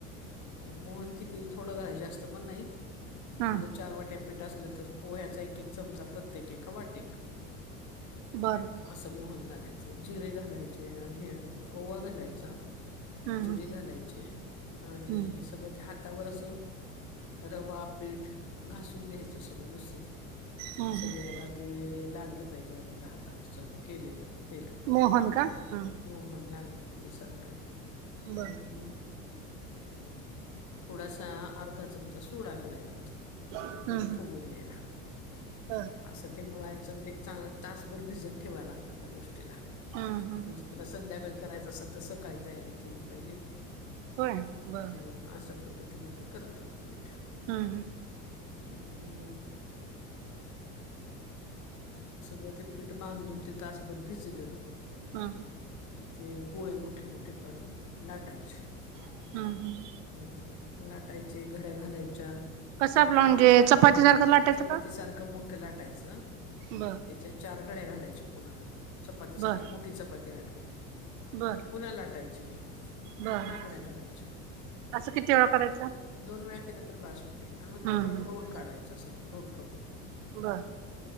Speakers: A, on the left; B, on the right.
A: मोहन किती थोडं घरा जास्त पण नाहीज
B: हां
A: चार वाट्या पीठ असलं तर पोह्याचा एक एक चमचा प्रत्येक एका वाटेला
B: बर बर
A: असं मोहन घालायचं जिरे घालायचे हे ओवा घालायच
B: हम्म
A: ज घाला आणि
B: हम्म
A: स ह त्यावर असं रवा पीठ घासून घ्यायचं सगळं व्यवस्थित
B: हम्म हम्म
A: सगळ्याला
B: हम्म
A: ते लागलं पाहिजे आपल्या हातावर सग केलेलं ते
B: मोहन का हम्म
A: मोहन लागलं पाहिजे साधारण
B: बर
A: आणि थोडासा अर्धा चमचा सोडा घालाय लागतो
B: हम्म
A: पेठठू
B: हम्म
A: कोणी आहे ना
B: बर
A: असं ते म्हणायचं आणि ते एक चांगलं तासभर भिजत ठेवा लागतं त्या गोष्टीला
B: हम्म हम्म
A: म्हणजे तुला संध्याकाळी करायचं असं तर सकायचं तयारी केली पाहिजे
B: होय बर
A: हम्म अशा पद्धतीने ते करतात पीठ
B: हम् हम्
A: आणि सगळं ते पीठ बांधून ते तासभर भिजलं
B: हम्म हम्म
A: कि ते गोळे मोठे मोठे काढून लाटायचे
B: हम्म हम्म
A: हम्मं लाटांयचे घड्या घालांयच्या
B: कसं
A: त्या
B: आपलं म्हणजे
A: पो
B: चपाती सारखं लाटायचं
A: चपांती
B: का?
A: सारखं मोठं लाटांयचं त्यांच्या
B: बर
A: चार घड्या घालांयच्या पुन्हां चपांती सारखी
B: बर
A: मोठीं चपांती लाटत
B: बर
A: पुन्हां लाटांयची
B: बर
A: पुन्हां घड्यां घालांयच्यां
B: असं किती वेळा करायचं?
A: दोन वे केलं तरं भास होतें आणि मंग त्यांचा
B: हम्म
A: परत
B: हम्म
A: रोल काढायचा असं रोल करूंन
B: बर